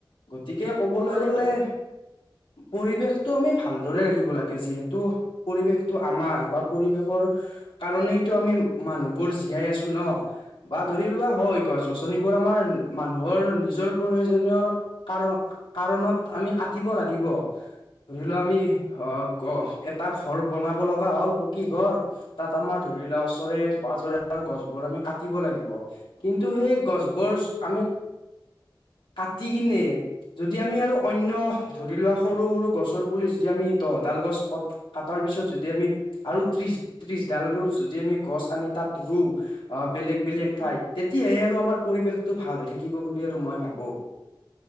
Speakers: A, on the left; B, on the right.
A: গতিকে ক'বলৈ
B: হয়
A: গ'লে
B: হয়
A: পৰিৱেশটো আমি ভালদৰে ৰাখিব লাগে যিহেতু পৰিৱেশটো আমাৰ বা পৰিৱেশৰ কাৰনেইটো আমি মানুহ বোৰ জীয়াই আছো ন বা ধৰি লোৱা হয় গছ গছনিবোৰ আমাৰ মানুহৰ নিজৰ প্ৰয়োজনীয় কাৰণ-কাৰণত আমি কাটিব লাগিব। ধৰি লোৱা আমি অ, এটা ঘৰ বনাব লগা হ'ল পকী ঘৰ তাত আমাৰ ধৰি লোৱা ওচৰে পাজৰে আমাৰ গছবোৰ আমি কাটিব লাগিব। কিন্তু সেই গছ বোৰ আমি কাটি কিনে যদি আমি আৰু অন্য ধৰি লোৱা সৰু-সৰু গছৰ পুলি যদি আমি দহডাল গছ কত কাটাৰ পিছত যদি আমি আৰু ত্ৰিশ - ত্ৰিশ ডাল আৰু যদি আমি গছ আনি তাত ৰোও অ, বেলেগ - বেলেগ
B: হয়
A: ঠাইত তেতিয়াহে আৰু আমাৰ পৰিৱেশ টো ভাল হৈ থাকিব বুলি আৰু মই ভাবো।